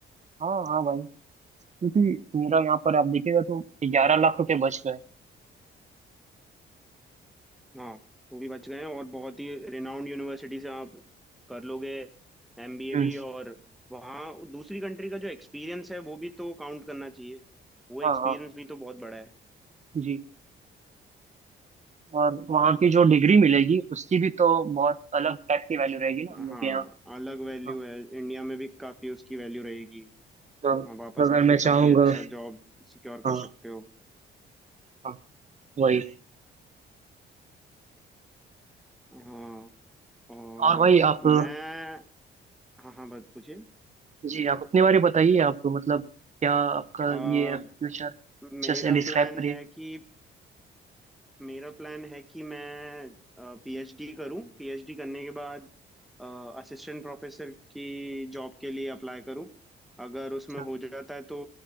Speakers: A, on the right; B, in the centre.
A: हाँ हाँ भाई क्योंकि मेरा यहाँ पर आप देखिएगा तो ग्यारह लाख रुपए बच गए
B: हाँ वो भी बच गए हैं और बहुत ही रिनाउंड यूनिवर्सिटी से आप कर लोगे एमबीए
A: हम्म
B: भी और वहाँ दूसरी कंट्री का जो एक्सपीरियंस है वो भी तो काउंट करना चाहिए वो एक्सपीरियंस
A: हाँ हाँ
B: भी तो बहुत बड़ा है
A: जी और वहाँ की जो डिग्री मिलेगी उसकी भी तो बहुत अलग टाइप की वैल्यू रहेगी ना हम लोग
B: हाँ
A: के यहाँ
B: अलग वैल्यू
A: हाँ
B: है इंडिया में भी काफी उसकी वैल्यू रहेगी
A: तो तो
B: हाँ वापस
A: अगर
B: आके
A: मैं चाहूंगा
B: काफी अच्छा जॉब सिक्योर कर
A: हाँ
B: सकते हो
A: हाँ वही
B: हाँ और
A: और भाई आप
B: मैं हाँ हाँ बात पूछिए
A: जी आप अपने बारे में बताइए आप मतलब क्या आपका
B: अ,
A: ये फ्यूचर अच्छे
B: मेरा
A: से डिस्क्राइब
B: प्लान
A: करिए
B: है कि मेरा प्लान है कि मैं पीएचडी करूं पीएचडी करने के बाद असिस्टेंट प्रोफेसर की जॉब के लिए अप्लाई करूं अगर उसमें
A: अच्छा
B: हो जाता है तो